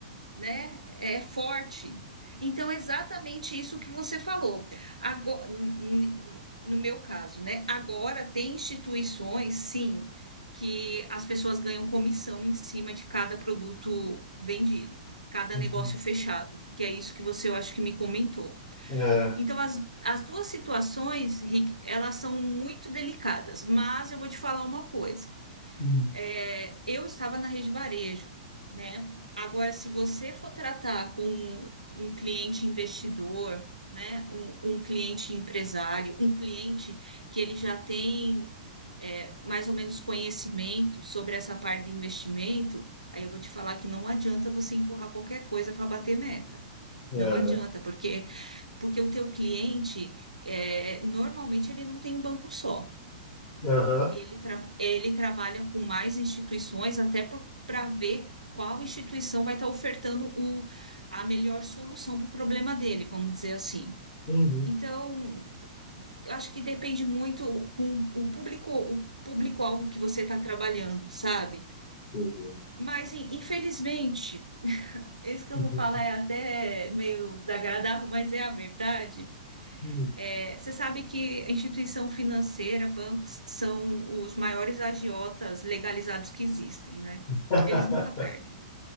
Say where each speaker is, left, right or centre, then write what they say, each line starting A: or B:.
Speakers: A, on the right (about 85°); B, on the left (about 30°).
A: né? É forte. Então, é exatamente isso que você falou. Agora, n- n- no meu caso, né? Agora tem instituições, sim, que as pessoas ganham comissão em cima de cada produto vendido, cada
B: Uhum.
A: negócio fechado, que é isso que você, eu acho que me comentou.
B: É,
A: Então, as, as duas situações, Rick, elas são muito delicadas, mas eu vou te falar uma coisa.
B: Uhum.
A: É, eu estava na rede varejo, né? Agora, se você for tratar com um, um cliente investidor, né? Um, um cliente empresário, um cliente que ele já tem é, mais ou menos conhecimento sobre essa parte de investimento, aí eu vou te falar que não adianta você empurrar qualquer coisa para bater meta.
B: é,
A: Não adianta,
B: né?
A: porque porque o teu cliente é, normalmente ele não tem um banco só.
B: Aham.
A: Ele, tra- ele trabalha com mais instituições, até para ver qual instituição vai estar ofertando o- a melhor solução para o problema dele, vamos dizer assim.
B: Uhum.
A: Então, eu acho que depende muito com o público, o público-alvo que você está trabalhando, sabe?
B: Entendeu?
A: Mas, in- infelizmente, isso que eu
B: Uhum.
A: vou falar é até meio desagradável, mas é a verdade.
B: Uhum.
A: É, Você sabe que instituição financeira, bancos, são os maiores agiotas legalizados que existem, né?
B: <laughs>
A: Eles nunca perdem.